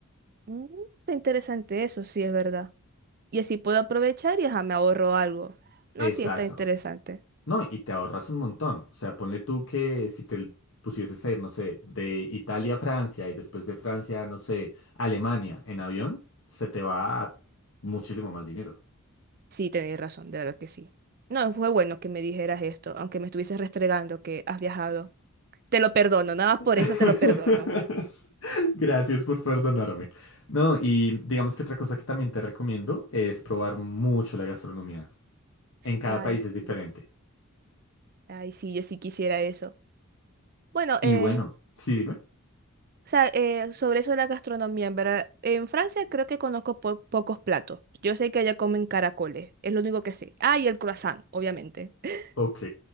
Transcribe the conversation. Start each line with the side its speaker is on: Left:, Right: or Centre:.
Right: mm, está interesante eso, sí es verdad. Y así puedo aprovechar y ajá, me ahorro algo. No,
Left: Exacto.
Right: sí está interesante.
Left: No, y te ahorras un montón. O sea, ponle tú que si te pusieses a ir, no sé, de Italia a Francia y después de Francia, no sé, Alemania en avión, se te va a muchísimo más dinero.
Right: Sí, tenéis razón, de verdad que sí. No, fue bueno que me dijeras esto, aunque me estuvieses restregando que has viajado. Te lo perdono, nada más
Left: <laughs>
Right: por eso te lo perdono.
Left: Gracias por perdonarme. No, y digamos que otra cosa que también te recomiendo es probar mucho la gastronomía. En cada
Right: Ay,
Left: país es diferente.
Right: sí. Ay, sí, yo sí quisiera eso. Bueno,
Left: Y
Right: eh,
Left: bueno, sí, dime.
Right: o sea, eh, sobre eso de la gastronomía, en verdad, en Francia creo que conozco po- pocos platos. Yo sé que allá comen caracoles, es lo único que sé. Ah, y el croissant, obviamente. <laughs>
Left: Ok,